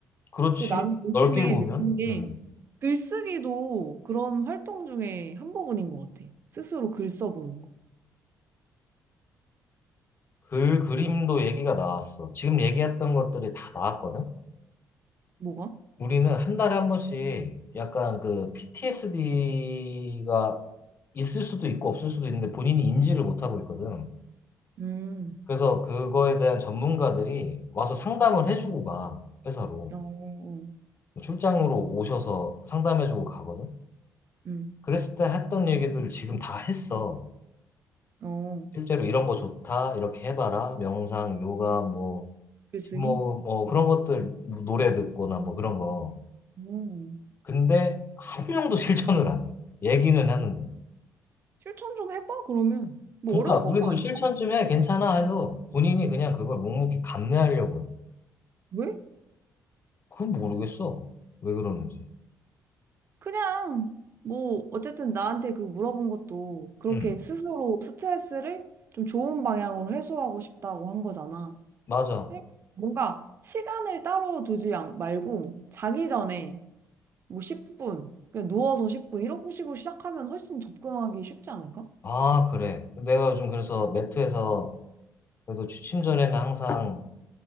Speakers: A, on the left; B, on the right.
A: 그렇지.
B: 그 나는 요즘에
A: 넓게 보면,
B: 느낀 게
A: 음,
B: 글쓰기도 그런 활동 중에 한 부분인 것 같아. 스스로 글 써보는 거.
A: 글, 그림도 얘기가 나왔어. 지금 얘기했던 것들이 다 나왔거든.
B: 뭐가?
A: 우리는 한 달에 한 번씩 약간 그 PTSD가 있을 수도 있고 없을 수도 있는데 본인이 인지를 못하고 있거든.
B: 음,
A: 그래서 그거에 대한 전문가들이 와서 상담을 해주고 가, 회사로.
B: 어, 어,
A: 출장으로 오셔서 상담해주고 가거든.
B: 음,
A: 그랬을 때 했던 얘기들을 지금 다 했어.
B: 어,
A: 실제로 이런 거 좋다, 이렇게 해봐라. 명상, 요가, 뭐,
B: 글쓰기?
A: 뭐, 뭐 그런 것들 뭐 노래 듣거나 뭐 그런 거.
B: 어.
A: 근데 한 명도 <laughs> 실천을 안 해. 얘기는 하는데.
B: 실천 좀 해봐, 그러면. 뭐
A: 그러니까
B: 어려운
A: 우리도
B: 것도 아니
A: 실천 좀 해, 괜찮아 해도 본인이 그냥 그걸 묵묵히 감내하려고 해.
B: 왜?
A: 그건 모르겠어. 왜 그러는지.
B: 그냥, 뭐, 어쨌든 나한테 그 물어본 것도 그렇게
A: 응,
B: 스스로 스트레스를 좀 좋은 방향으로 해소하고 싶다고 한 거잖아.
A: 맞아.
B: 그러니까 뭔가 시간을 따로 두지 않- 말고 자기 전에 뭐 10분, 그냥 누워서 10분, 이런 식으로 시작하면 훨씬 접근하기 쉽지 않을까?
A: 아, 그래. 내가 요즘 그래서 매트에서 그래도 취침 전에는 항상